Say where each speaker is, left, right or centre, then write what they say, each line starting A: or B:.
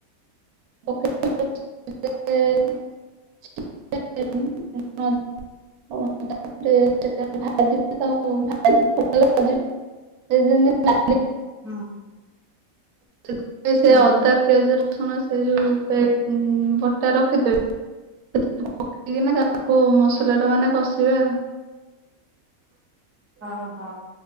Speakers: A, on the right; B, on the right.
A: <unintelligible> <inaudible> ତାପରେ ତେଲରେ ଭାଜିବା। <unintelligible>
B: ହଁ।
A: ସେଥିପାଇଁ ସେ
B: ହଁ
A: ଅଦା ପିଆଜ ରସୁଣ ସେ ଯୋଉ ପେଷ୍ଟ ହୁଁ ବଟା ରଖିଥିବେ <unintelligible> ପକେଇକିନା ତା କୁ ମସଲାଟା ମାନେ କଷିବେ ଆଉ।
B: ହଁ ହଁ।